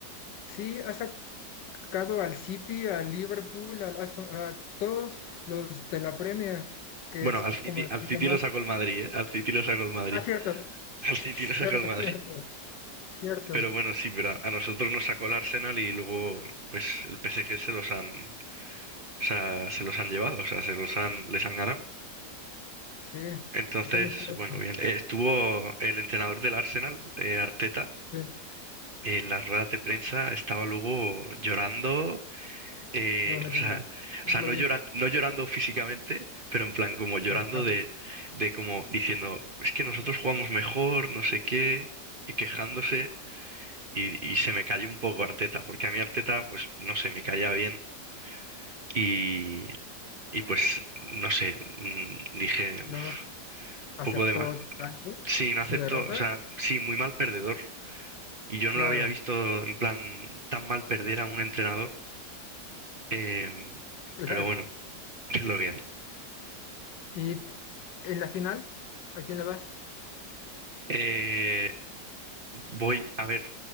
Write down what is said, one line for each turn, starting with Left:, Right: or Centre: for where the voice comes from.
Left: Sí, ha sacado al City, al Liverpool, al Aston- a todos los de la Premier, que
Right: Bueno,
Left: es
Right: al
Left: como
Right: City,
Left: la
Right: al
Left: liga
Right: City
Left: más...
Right: lo sacó el Madrid, ¿eh? Al City lo sacó el Madrid.
Left: Ah, cierto,
Right: <laughs>
Left: <laughs>
Right: Al
Left: cierto,
Right: City lo sacó el Madrid.
Left: cierto, cierto.
Right: Pero bueno, sí, pero a, a nosotros nos sacó el Arsenal y luego, pues, el PSG se los han, o sea, se los han llevado, o sea, se los han, les han ganado.
Left: Sí,
Right: Entonces,
Left: está muy fuerte.
Right: bueno, bien. Eh, Estuvo el entrenador del Arsenal, eh, Arteta.
Left: Sí,
Right: en las ruedas de prensa estaba luego llorando, eh,
Left: no me
Right: o
Left: digas.
Right: sea,
Left: Yo
Right: o sea,
Left: No lo
Right: no
Left: vi.
Right: llora, no llorando físicamente, pero en plan como llorando
Left: Eh, ah, ok.
Right: de, de como diciendo, es que nosotros jugamos mejor, no sé qué, y quejándose, y, y se me cayó un poco Arteta, porque a mí Arteta, pues, no sé, me caía bien, y, y pues, no sé, mm, dije,
Left: No
Right: uff,
Left: aceptó
Right: poco de mal,
Left: tanto
Right: sí, no
Left: su
Right: acepto,
Left: derrota.
Right: o sea, sí, muy mal perdedor. Y yo no
Left: Claro,
Right: lo había visto en plan tan mal perder a un entrenador. Em,
Left: <laughs> claro.
Right: pero bueno, <laughs> es lo que hay.
Left: Y t- en la final, ¿a quién le vas?
Right: Eh, voy a ver,